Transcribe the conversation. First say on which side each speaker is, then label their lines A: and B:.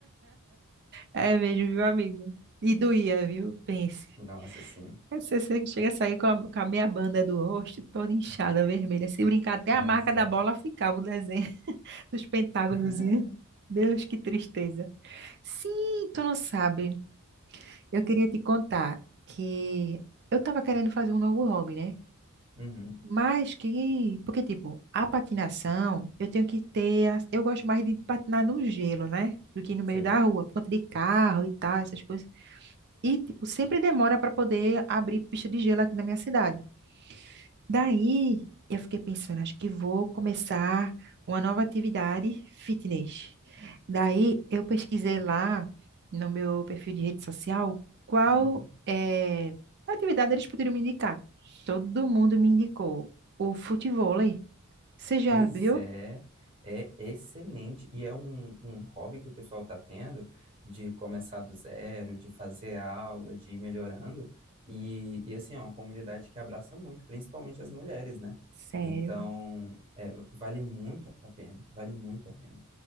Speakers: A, on the right (about 50°); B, on the right (about 25°).
A: é mesmo, viu, amigo? E doía, viu? Pense.
B: Nossa, sim.
A: Aí Você você chega a sair com a, com a meia banda do rosto toda inchada, vermelha. Se brincar, até
B: É,
A: a marca
B: exato.
A: da bola ficava o desenho <laughs> dos pentágonos.
B: <laughs>
A: Deus, que tristeza. Sim, tu não sabe. Eu queria te contar que eu tava querendo fazer um novo hobby, né?
B: Uhum,
A: Mas que, porque tipo, a patinação, eu tenho que ter, a- eu gosto mais de patinar no gelo, né? Do que no meio
B: sei.
A: da rua, por conta de carro e tal, essas coisas. E tipo, sempre demora para poder abrir pista de gelo aqui na minha cidade. Daí eu fiquei pensando, acho que vou começar uma nova atividade fitness. Daí eu pesquisei lá no meu perfil de rede social qual
B: Uhum.
A: eh, atividade eles poderiam me indicar. Todo mundo me indicou o futevôlei. Você já
B: Pois
A: viu?
B: é, é excelente e é um, um hobby que o pessoal está tendo de começar do zero, de fazer aula, de ir melhorando. E, e assim, é uma comunidade que abraça muito, principalmente as mulheres, né?
A: Sério?
B: Então, é, vale muito a pena, vale muito a pena.